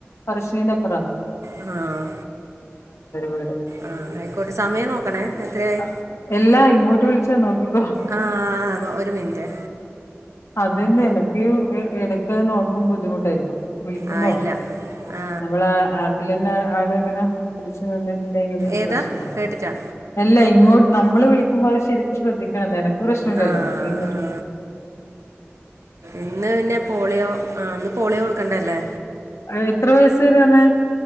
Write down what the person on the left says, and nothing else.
പറശ്ശിനിന്റെപ്പറാണ്
വീട്
അ- എല്ലാ ഇങ്ങോട്ട് വിളിച്ചാ നോക്കികൊ
അതന്നെ ആല്ലേ ഇയു എ എടക്കത് നോക്കൻ ബുദ്ധിമുട്ടാരിക്കും വിളിക്കുമ്പോ
നമ്മളാ ആപ്പിൽന്നെ ആടെ ഇങ്ങനെ പിടിച്ചു നിന്നി ഇല്ലെങ്കിൽ
പ്രശ്നം
എല്ല ഇങ്ങോട്ട് നമ്മള് വിളിക്കുമ്പോ അത് ശരിക്കും ശ്രദ്ധിക്കണം ന്നെനാ പ്രശ്ന ഇല്ലല്ലോ
നീങ്ങിട്ട്
അഹ് എത്ര വയസ് വേരയാന്നെ